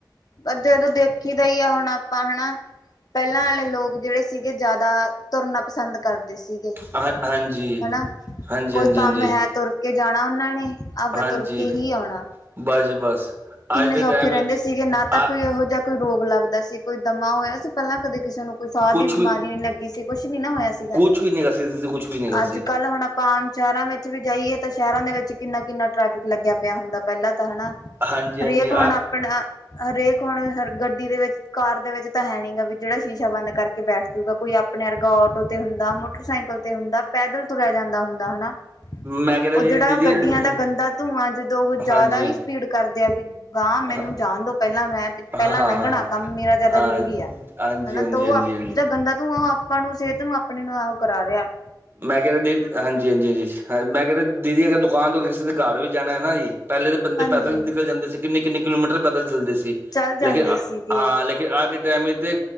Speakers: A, on the left (about 50°); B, on the right (about 30°).
A: ਅ ਜਦੋਂ ਦੇਖੀ ਦਾ ਹੀ ਆ ਹੁਣ ਆਪਾਂ ਹੈਨਾ, ਪਹਿਲਾਂ ਵਾਲੇ ਲੋਕ ਜਿਹੜੇ ਸੀਗੇ ਜ਼ਿਆਦਾ ਤੁਰਨਾ ਪਸੰਦ ਕਰਦੇ ਸੀਗੇ,
B: ਹਾਂ ਹਾਂਜੀ
A: ਹੈਨਾ।
B: ਹਾਂਜੀ
A: ਕੋਈ
B: ਹਾਂਜੀ
A: ਕੰਮ
B: ਹਾਂਜੀ
A: ਹੈ ਤੁਰ ਕੇ ਜਾਣਾ ਉਹਨਾਂ ਨੇ ਆਪਦਾ
B: ਹਾਂਜੀ
A: ਤੁਰ ਕੇ ਹੀ ਆਉਣਾ।
B: ਬਸ ਜੀ ਬਸ
A: ਕਿੰਨੇ
B: ਅੱਜ ਦੇ
A: ਸੌਖੇ
B: ਟਾਈਮ
A: ਰਹਿੰਦੇ
B: ਵਿੱਚ
A: ਸੀਗੇ ਨਾ ਤਾਂ
B: ਆ
A: ਕੋਈ ਇਹੋ ਜਿਹਾ ਕੋਈ ਰੋਗ ਲੱਗਦਾ ਸੀ, ਕੋਈ ਦਮਾ ਹੋਇਆ ਸੀ ਪਹਿਲਾਂ ਕਦੇ ਕਿਸੇ ਨੂੰ, ਕੋਈ ਸਾਹ
B: ਕੁਛ
A: ਦੀ ਬਿਮਾਰੀ
B: ਵੀ
A: ਨੀ ਲੱਗੀ ਸੀ। ਕੁਛ ਨੀ ਨਾ ਹੋਇਆ ਸੀਗਾ?
B: ਕੁਛ ਵੀ ਨਹੀਂ ਗਾ ਸੀ ਦੀਦੀ ਕੁਛ ਵੀ ਨਹੀਂ ਗਾ
A: ਅੱਜ
B: ਸੀ
A: ਕੱਲ ਹੁਣ ਆਮ ਸ਼ਹਿਰਾਂ ਵਿੱਚ ਵੀ ਜਾਈਏ ਤਾਂ ਸ਼ਹਿਰਾਂ ਦੇ ਵਿੱਚ ਕਿੰਨਾ-ਕਿੰਨਾ ਟਰੈਫਿਕ ਲੱਗਿਆ ਪਿਆ ਹੁੰਦਾ ਪਹਿਲਾਂ ਤਾਂ, ਹੈਨਾ। ਹਰੇਕ
B: ਹਾਂਜੀ ਹਾਂਜੀ
A: ਹੁਣ
B: ਆ
A: ਆਪਣਾ, ਹਰੇਕ ਹੁਣ ਅ ਗੱਡੀ ਦੇ ਵਿੱਚ ਕਾਰ ਦੇ ਵਿੱਚ ਤਾਂ ਹੈ ਨੀ ਗਾ ਬਈ ਜਿਹੜਾ ਸ਼ੀਸ਼ਾ ਬੰਦ ਕਰਕੇ ਬੈਠ ਜੂਗਾ। ਕੋਈ ਆਪਣੇ ਵਰਗਾ ਆਟੋ ਤੇ ਹੁੰਦਾ, ਮੋਟਰਸਾਈਕਲ ਲ ਤੇ ਹੁੰਦਾ, ਪੈਦਲ ਤੁਰਿਆ ਜਾਂਦਾ ਹੁੰਦਾ, ਹੈਨਾ।
B: ਮੈਂ ਕਹਿ ਰਿਹਾ
A: ਉਹ
B: ਜੀ
A: ਜਿਹੜਾ
B: ਦੀਦੀ
A: ਗੱਡੀਆਂ
B: ਹੁ-
A: ਦਾ ਗੰਦਾ ਧੂੰਆਂ, ਜਦੋਂ ਉਹ ਜ਼ਿਆਦਾ
B: ਹਾਂਜੀ
A: ਹੀ ਸਪੀਡ ਕਰਦੇ ਆ ਵੀ, ਗਾਂ ਮੈਨੂੰ
B: ਹਾਂ
A: ਜਾਣ ਦੋ। ਪਹਿਲਾਂ, ਮੈਂ ਪਹਿਲਾਂ
B: ਹਾਂ ਹਾਂ
A: ਲੰਘਣਾ,
B: ਹਾਂ,
A: ਕੰਮ ਮੇਰਾ ਜ਼ਿਆਦਾ
B: ਹਾਂਜੀ
A: ਜ਼ਰੂਰੀ ਹੈ,
B: ਹਾਂਜੀ
A: ਹੈਨਾ।
B: ਹਾਂਜੀ
A: ਤਾਂ ਉਹ ਆਪ
B: ਹਾਂਜੀ
A: ਜੈ ਗੰਦਾ ਧੂੰਆਂ ਉਹ ਆਪਾਂ ਨੂੰ, ਸਿਹਤ ਨੂੰ ਆਪਣੇ ਨਾਲ ਕਰਾ ਰਿਹੈ।
B: ਮੈਂ ਕਹਿ ਰਿਹਾ ਸੀ, ਹਾਂਜੀ-ਹਾਂਜੀ-ਹਾਂਜੀ ਹੈ, ਮੈਂ ਕਿਹ ਰਿਹਾ ਦੀਦੀ, ਅਗਰ ਦੁਕਾਨ ਤੋਂ ਕਿਸੇ ਦੇ ਘਰ ਵੀ ਜਾਣਾ ਹੈ ਨਾ ਜੀ, ਪਹਿਲੇ ਤਾਂ ਬੰਦੇ
A: ਹਾਂਜੀ
B: ਪੈਦਲ ਨਿਕਲ ਜਾਂਦੇ ਸੀ ਕਿੰਨੇ-ਕਿੰਨੇ ਕਿਲੋਮੀਟਰ ਪੈਦਲ ਚੱਲਦੇ ਸੀ,
A: ਚੱਲ ਜਾਂਦੇ
B: ਲੇਕਿਨ
A: ਸੀਗੇ
B: ਹਾਂ ਲੇਕਿਨ ਅੱਜ ਦੇ ਟਾਈਮ ਇਚ ਤੇ